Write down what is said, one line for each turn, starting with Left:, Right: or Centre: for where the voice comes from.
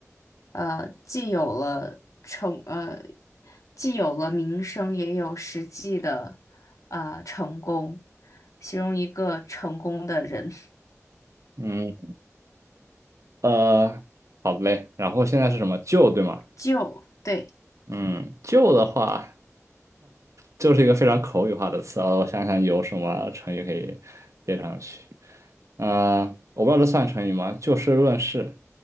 Left: 呃，既有了成呃，既有了名声，也有实际的呃成功，形容一个成功的人。
Right: 嗯呃，好嘞。然后现在是什么旧对吗？
Left: 就对，
Right: 嗯，旧的话。就是一个非常口语化的词啊。我想想有什么成语可以接上去。嗯，我不知道这算成语吗？就事论事